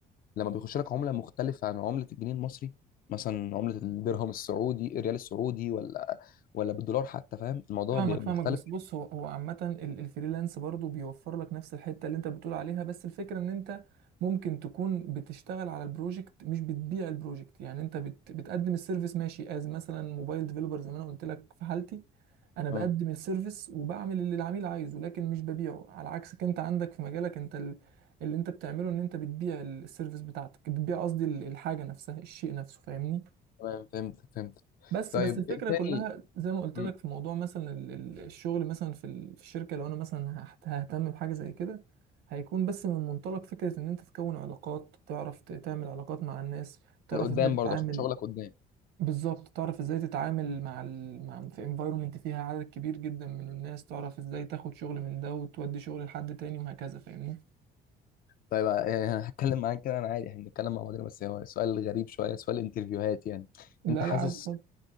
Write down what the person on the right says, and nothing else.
فاهمك
فاهمك بس بص هو هو عامة ال- الفريلانس برضو بيوفر لك نفس الحتة اللي انت بتقول عليها بس الفكرة ان انت ممكن تكون بتشتغل على البروجكت مش بتبيع البروجكت يعني انت بت بتقدم السيرفيس ماشي از مثلا موبايل ديفلوبر زي ما انا قلت لك في حالتي انا بقدم
السيرفيس وبعمل اللي العميل عايزه لكن مش ببيعه على عكسك انت عندك في مجالك انت ال- اللي انت بتعمله ان انت بتبيع السيرفيس بتاعتك بتبيع قصدي ال- الحاجة نفسها الشيء نفسه فاهمني
بس
بس الفكرة
كلها زي ما قلت
لك في موضوع مثلا ال- ال- الشغل مثلا في ال- في الشركة لو انا مثلا هحت- ههتم بحاجة زي كده هيكون بس من منطلق فكرة ان انت تكون علاقات تعرف ت- تعمل علاقات مع الناس تعرف
ازاي تتعامل
بالظبط تعرف ازاي تتعامل مع ال... مع في انفايرومنت فيها عدد كبير جدا من الناس تعرف ازاي تاخد شغل من ده وتودي شغل لحد تاني وهكذا فاهمني
لا
لا عادي